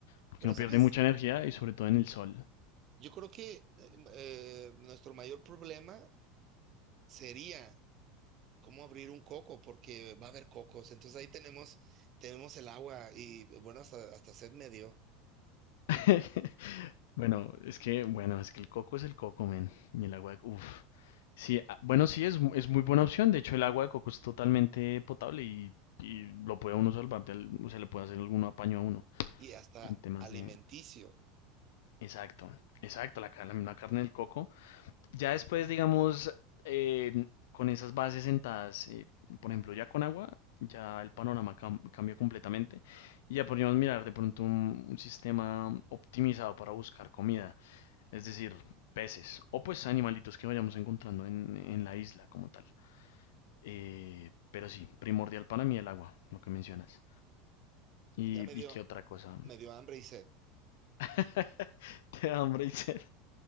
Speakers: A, on the left (about 80°); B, on the right (about 30°).
A: porque
B: Pero,
A: uno
B: ¿sabes?
A: pierde mucha energía y sobre todo en el sol.
B: Yo creo que eh, eh, nuestro mayor problema sería cómo abrir un coco, porque va a haber cocos. Entonces ahí tenemos, tenemos el agua y bueno, hasta, hasta sed me dio
A: <laughs> Bueno, es que, bueno, es que el coco es el coco, men. Y el agua de... Uf. Sí, ah, bueno, sí, es, mu- es muy buena opción. De hecho, el agua de coco es totalmente potable y, y lo puede uno salvar, del- o sea, le puede hacer algún apaño a uno
B: y hasta
A: en temas
B: alimenticio.
A: de... Exacto, exacto, la, ca- la carne del coco. Ya después, digamos, eh, con esas bases sentadas, eh, por ejemplo, ya con agua, ya el panorama cam- cambia completamente y ya podríamos mirar de pronto un, un sistema optimizado para buscar comida, es decir, peces o pues animalitos que vayamos encontrando en, en la isla como tal. Eh, pero sí, primordial para mí el agua, lo que mencionas. ¿Y,
B: Ya me dio,
A: y qué otra cosa?
B: me dio hambre y sed.
A: <laughs> Te da hambre y sed.